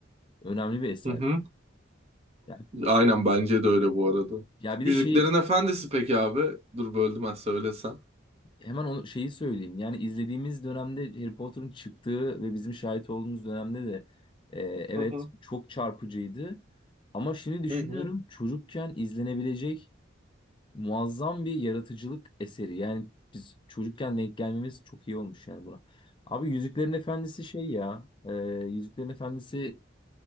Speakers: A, on the left; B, on the right.
A: önemli bir eser.
B: Hı hı.
A: Yani,
B: Aynen bence de öyle bu arada.
A: ya bir de
B: Yüzüklerin
A: şey
B: Efendisi peki abi? Dur böldüm ben söylesem.
A: Hemen onu şeyi söyleyeyim. Yani izlediğimiz dönemde Harry Potter'ın çıktığı ve bizim şahit olduğumuz dönemde de e, evet
B: Hı hı.
A: çok çarpıcıydı. Ama şimdi düşünüyorum
B: Hı hı.
A: çocukken izlenebilecek muazzam bir yaratıcılık eseri. Yani biz çocukken denk gelmemiz çok iyi olmuş yani buna. Abi Yüzüklerin Efendisi şey ya. e, Yüzüklerin Efendisi